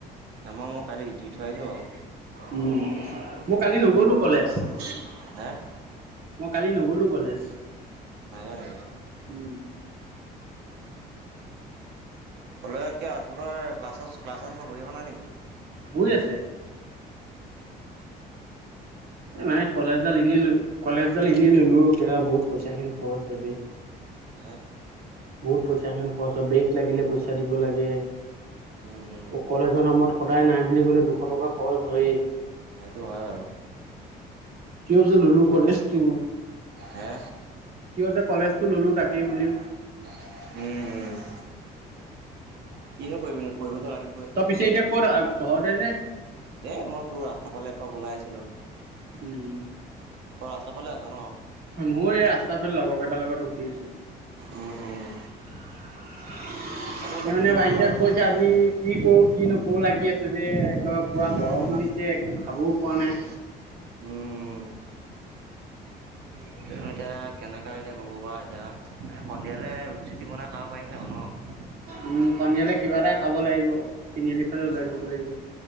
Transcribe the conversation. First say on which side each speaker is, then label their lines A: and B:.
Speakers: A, on the right; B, on the right.
A: আামাৰ মই কালি দি দি থৈ আহিছো বাৰু।
B: উম। মই কালি নগ'লো কলেজ,
A: <unintelligible>
B: মই কালি নগলো কলেজ।
A: নাই যোৱা নেকি
B: উম।
A: উম কলেজত কিয় তহতৰ ক্লাছ ক্লাছ ইমান হৈ থকা নাই নেকি
B: হৈ আছে
A: উম
B: এই মানে কলেজডাল এনেই কলেজডাল এনেই ললো অ বহুত পইচা খিনি খৰচ হয় বে
A: হে
B: বহুত পইচা খন খৰচ হয় ব্ৰেক লাগিলে পইচা দিব লাগে
A: উম উম
B: কলেজৰ নামত সদায় নাই বুলি ক'লেও দুশ টকা খৰচ হয়েই
A: সেইটো হয় বাৰু
B: কিয় যে ললো কলেজটো
A: হে
B: কিয় যে কলেজটো ললো তাকেই বুলি
A: উম উম কিনো কৰিবি পঢ়িবতো লাগিবই
B: তই পিছে এতিয়া কত ঘৰতে নে
A: এই মই তোৰ ৰাস্তাৰ ফালে একপাক ওলাই আছিলোঁ।
B: উম।
A: অ' ৰাস্তাৰ ফালে আছ ন'?
B: মই এই ৰাস্তাৰ ফালে লগৰ কেইটাৰ লগত ৰখি আছোঁ।
A: উম উম
B: <unintelligible>
A: জানো এতিয়া
B: যি
A: কি হয় বাৰু
B: কি কৰোঁ, কি নকৰোঁ লাগি আছে বে, একে পুৰা
A: উম
B: গৰমো
A: উম
B: দিছে একো খাবও পোৱা নাই।
A: উম। <unintelligible> কেনেকুৱা এতিয়া ক'বৰ এতিয়া সন্ধিয়ালৈ ৰুটি চুটি বনাই খাব পাৰিম চাগৈ ন'?
B: উম, সন্ধিয়ালৈ কিবা এটা খাব লাগিব, তিনিআলি ফালে ওলাই
A: উম
B: যাব
A: উম
B: লাগিব।